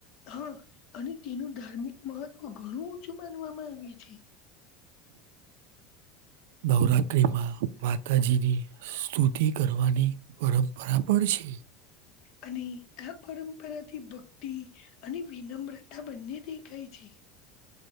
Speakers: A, on the left; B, on the right.
A: હા! અને તેનું ધાર્મિક મહત્વ ઘણું ઉચું માનવામાં આવે છે. <inaudible>
B: નવરાત્રિમાં, માતાજીની સ્તુતિ કરવાની પરંપરા પણ છે.
A: અને આ પરંપરાથી ભક્તિ, અને વિનમ્રતા બંને દેખાય છે. <inaudible>